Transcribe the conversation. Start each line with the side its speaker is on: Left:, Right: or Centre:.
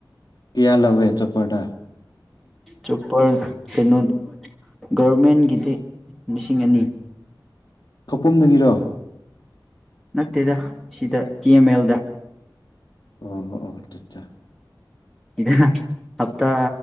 Left: ꯀꯌꯥ ꯂꯧꯋꯦ ꯆꯣꯄꯔꯗꯥ
Centre: ꯆꯣꯄꯔ ꯀꯩꯅꯣ ꯒꯔꯃꯦꯟꯒꯤꯗꯤ ꯂꯤꯁꯤꯡ ꯑꯅꯤ
Left: ꯀꯄꯨꯝꯗꯒꯤꯔꯣ
Centre: ꯅꯠꯇꯦꯗ ꯁꯤꯗ ꯇꯤ ꯑꯦꯝ ꯑꯦꯜꯗ
Left: ꯑꯣ ꯑꯣꯠꯆꯥ
Centre: ꯁꯤꯗ ꯍꯞꯇꯥ